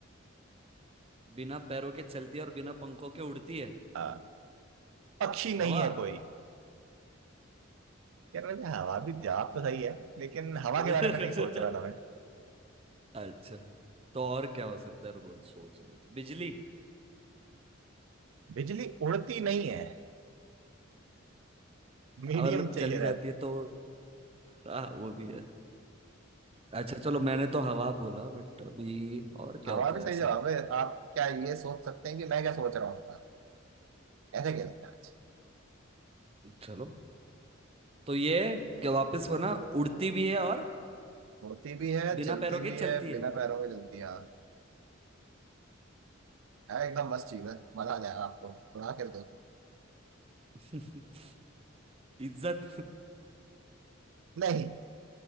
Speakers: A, on the right (about 30°); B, on the right (about 80°).
A: बिना पैरों के चलती है और बिना पंखों के उड़ती है
B: हाँ पक्षी नहीं
A: हवा
B: है कोई यार वैसे हवा भी जवाब तो सही है लेकिन हवा
A: <laughs>
B: के बारे में नहीं सोच रहा था मैं
A: अच्छा तो और क्या हो सकता है रुको सोचने दो। बिजली
B: बिजली उड़ती नहीं है मीडियम
A: आ, मतलब
B: चाहिए
A: चली जाती है तो आ, आ, वो भी है अच्छा चलो मैंने तो हवा बोला बट अभी और क्या
B: हवा
A: होता
B: भी
A: है
B: सही
A: ऐसा
B: जवाब है आप क्या ये सोच सकते हैं कि मैं क्या सोच रहा हूँ ऐसे कह सकते हैं आज
A: चलो तो ये क्या वापस वो ना उड़ती भी है और
B: होती भी है
A: बिना
B: चलती
A: पैरों के
B: भी
A: चलती
B: है बिना
A: है
B: पैरों के चलती है हाँ। है, एकदम मस्त चीज है मजा आ जाएगा आपको उड़ा कर दो
A: <laughs> इज्जत
B: नहीं